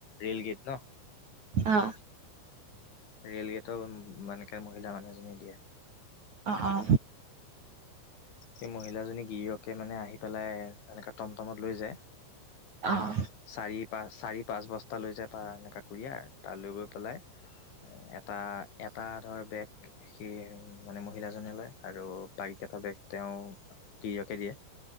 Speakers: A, on the left; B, on the right.
A: ৰেলগেট ন।
B: অ'।
A: ৰেল গেটটো মানেকে মহিলা মানুহজনী দিয়ে।
B: অ'- অ'।
A: সেই মহিলাজনী গিৰিয়কে মানে আহি পেলাই এনেকে টমটমত লৈ যায়।
B: অ'।
A: চাৰি চাৰি পাঁচ বস্তা লৈ যায় পাৰানে কুৰি আৰ তালৈ গৈ পেলাই এটা এটা ধৰ বেগ সি মানে মহিলাজনে লয় আৰু বাৰি এটা বেগ তেওঁ <unintelligible> কে দিয়ে।